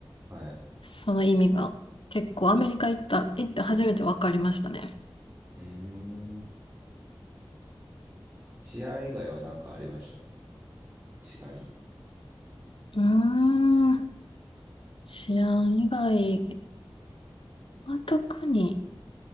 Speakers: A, on the right; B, on the left.
A: はい。
B: その意味が結構アメリカ行った、行って初めて分かりましたね。
A: うーん。治安以外は何かありました。違い。
B: うーん、治安以外は特に